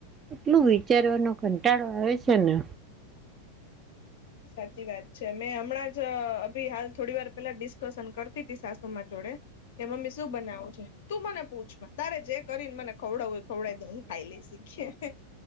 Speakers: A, on the right (about 25°); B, on the left (about 55°).
A: એટલું વિચારવાનો કંટાળો આવે છે ને.
B: સાચી વાત છે મેં હમણાં જ અભી હાલ થોડી વાર પેલા ડિસ્કશન કરતી તી સાસુમાં જોડે કે મમ્મી શું બનાવું છે તું મને પૂછમાં તારે જે કરીને મને ખવડાવ હોય ખવડા તો હું ખાઈ લઈશીખ.